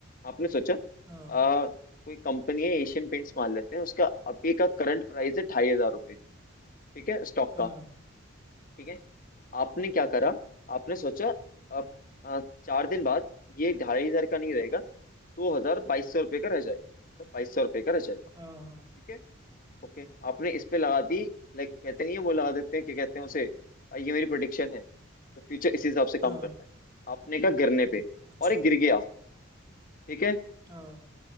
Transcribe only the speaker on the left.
आपने सोचा अ,
कोई कंपनी है एशियन पेंट्स मान लेते हैं उसका अभी का करंट प्राइस है ढाई हजार रुपये ठीक है स्टॉक
का ठीक है आपने क्या करा आपने सोचा अब अ, चार दिन बाद ये ढाई हजार का नहीं रहेगा दो हजार बाईस सौ रुपये का रह जाएगा तो बाईस सौ रुपये का रह जाएगा
ठीक है ओके आपने इस पे लगा दी लाइक कहते नहीं है वो लगा देते हैं क्या कहते हैं उसे अ, ये मेरी प्रोडिक्शन है तो फ्यूचर इसी हिसाब से काम
करता है आपने कहा गिरने पे
और ये गिर गया ठीक है